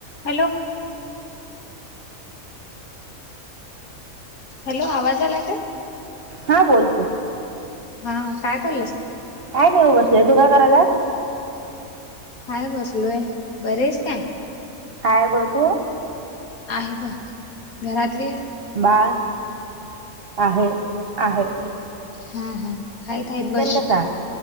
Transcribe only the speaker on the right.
हा बोल की.
काय नाही बसले तू काय करायस?
हाय बग, तू?
बाळ आहे आहेत.
कसा?